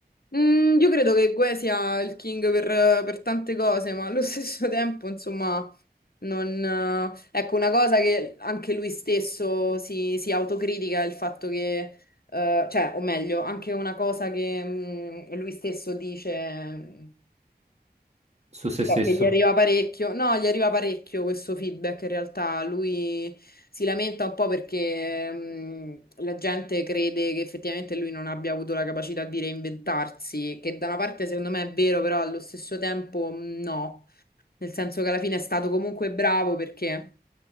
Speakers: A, on the left; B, on the right.
A: Mm, io credo che Gue sia il king per, per tante cose, ma allo stesso <laughs> tempo, insomma, non... eh, Ecco, una cosa che anche lui stesso si, si autocritica è il fatto che, eh, cioè, o meglio, anche una cosa che mm, lui stesso dice...
B: su se stesso?
A: Eh, Che gli arriva parecchio, no, gli arriva parecchio questo feedback. In realtà lui si lamenta un po' perché, mm, la gente crede che effettivamente lui non abbia avuto la capacità di reinventarsi, che da una parte secondo me è vero, però allo stesso tempo mh, no nel senso che alla fine è stato comunque bravo perché